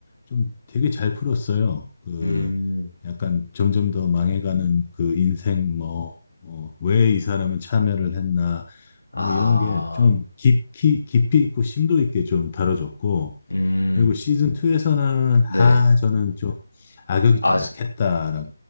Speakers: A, on the left (about 25°); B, on the left (about 75°).
A: 좀 되게 잘 풀었어요. 그
B: 음,
A: 약간 점점 더 망해가는 그 인생 뭐, 어, 왜이 사람은 참여를 했나
B: 아,
A: 뭐 이런 게 좀 깊이 깊이 있고 심도 있게 좀 다뤄졌고
B: 음,
A: 그리고 시즌 음. 2에서는
B: 네.
A: 아 저는 좀 음. 악역이
B: 아,
A: 좀
B: 시-
A: 약했다라고